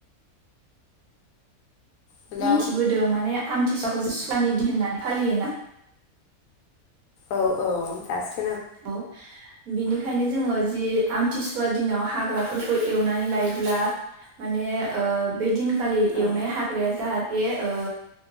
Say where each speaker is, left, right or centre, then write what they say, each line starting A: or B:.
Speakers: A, on the left; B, on the right.
A: हेलौ
B: मिथिबोदों माने आमथिसुवाखौ जों सुवानि दिन होननानै फालियोना
A: औ औ दासो खो
B: औ बिनिखायनो जोङो जि आमथिसुवा दिनाव हाग्राफोरखौ एवनानै लायोब्ला माने ओ बे दिन खालि
A: औ
B: एवनाय हाग्राया जाहाथे ओ